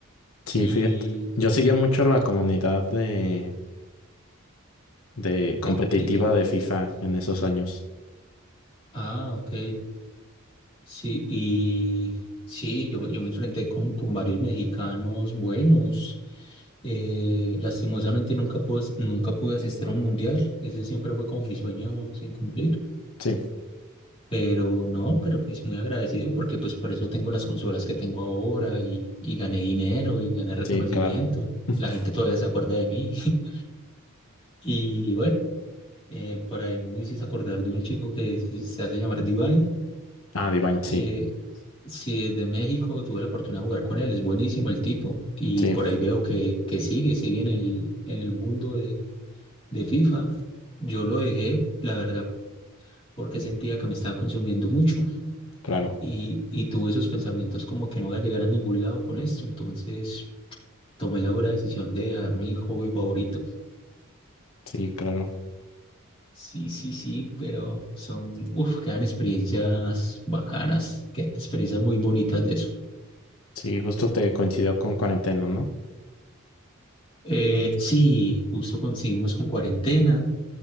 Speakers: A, on the left; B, on the left.
A: Sí,
B: ¿Y
A: fíjate. Yo seguía mucho la comunidad de, de
B: de,
A: competitiva
B: de quién
A: de FIFA en esos años.
B: Ah, ok. Sí, y sí, yo, me- yo me enfrenté con, con varios mexicanos buenos. Eh, lastimosamente nunca pude, as- nunca pude asistir a un mundial. Ese siempre fue como mi sueño sin cumplir.
A: Sí,
B: Pero no, pero pues muy agradecido porque pues por eso tengo las consolas que tengo ahora y, y gané dinero y gané reconocimiento.
A: sí, claro. <laughs>
B: La gente todavía se acuerda de mí. <laughs> Y bueno. Eh, por ahí me hiciste acordar de un chico que se se hace llamar Divine.
A: Ah, Divine,
B: Eh,
A: sí.
B: si es de México, tuve la oportunidad de jugar con él, es buenísimo el tipo. Y
A: Sí,
B: por ahí veo que, que sigue, sigue en el, en el mundo de, de FIFA. Yo lo dejé, la verdad, porque sentía que me estaba consumiendo mucho
A: claro.
B: y, y tuve esos pensamientos como que no voy a llegar a ningún lado con esto. Entonces tomé la dura decisión de dejar mi hobby favorito.
A: Sí, claro.
B: Sí, sí, sí, pero son, uff, quedan experiencias bacanas, quedan experiencias muy bonitas de eso.
A: Sí, justo te coincidió con cuarentena, ¿no?
B: Eh, sí, justo coincidimos con cuarentena.